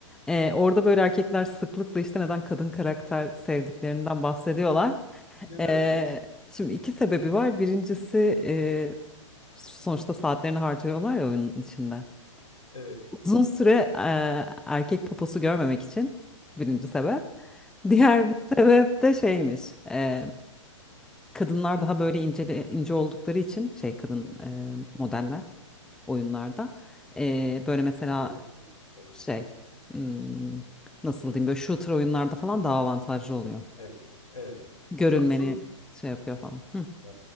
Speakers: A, in the centre; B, on the left (about 90°).
A: E, orada böyle erkekler sıklıkla işte neden kadın karakter sevdiklerinden bahsediyorlar.
B: Nedenmiş?
A: E, şimdi iki sebebi var. Birincisi e, sonuçta saatlerini harcıyorlar ya oyunun içinde.
B: Evet.
A: Uzun süre e, erkek poposu görmemek için birinci sebep. Diğer bir sebep de şeymiş. e, kadınlar daha böyle ince, ince oldukları için şey kadın e, modeller oyunlarda. e, böyle mesela
B: Doğru söylüyorsun.
A: şey hmm, nasıl diyeyim böyle shooter oyunlarda falan daha avantajlı oluyor.
B: Evet. Evet.
A: Görülmeni
B: Aslında
A: şey yapıyor falan. Hı
B: e,